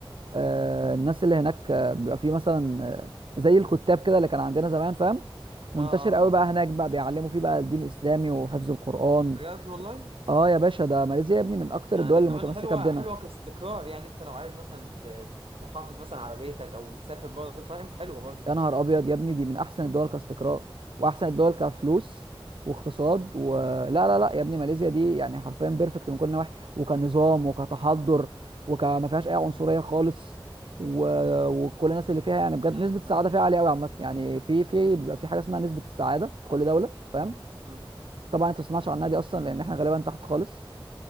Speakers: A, on the right (about 65°); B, on the right (about 80°).
A: آه، الناس اللي هناك آه، بيبقى في مثلا آه، زي الكتاب كده اللي كان عندنا زمان فاهم منتشر
B: اه
A: قوي بقى هناك بقى بيعلموا فيه بقى الدين الاسلامي وحفظ القران
B: بجد والله
A: اه يا باشا ده ماليزيا يا ابني من اكتر
B: يعني
A: الدول
B: ده
A: اللي
B: كمان
A: متمسكه
B: حلوة
A: بدينها
B: حلوة كاستقرار يعني انت لو عايز مثلا ت- تحافظ مثلا على بيتك او تسافر برضه فاهم حلوة برضه
A: يا نهار ابيض يا ابني دي من احسن الدول كاستقرار واحسن الدول كفلوس واقتصاد ولا لا لا لا يا ابني ماليزيا دي يعني حرفيا بيرفكت من كل النواحي وكنظام وكتحضر وكما فيهاش اي عنصريه خالص و... وكل الناس اللي فيها يعني بجد
B: لا،
A: نسبه السعاده
B: لا، حلو.
A: فيها عاليه قوي عامه يعني في في بيبقى في حاجه اسمها نسبه السعاده في كل دوله فاهم
B: اه
A: طبعا انت ما تسمعش عنها دي اصلا لان احنا غالبا تحت خالص